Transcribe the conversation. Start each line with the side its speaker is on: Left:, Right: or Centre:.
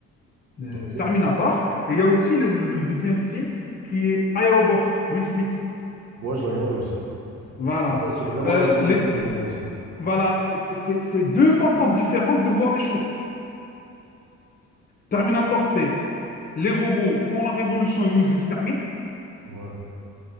Left: euh,
Right: Ok.
Left: Terminator. Et il y a aussi le, le deuxième film qui est iRobot, Will Smith.
Right: Ouais, je l'ai regardé aussi.
Left: Voilà.
Right: Mais ça, c'est vraiment
Left: Euh,
Right: la révolution
Left: les-
Right: des robots, ça.
Left: voilà, c'est c'est- c'est- c'est deux façons différentes de voir les choses. Terminator, c'est les robots font la révolution, ils nous exterminent.
Right: Ouais.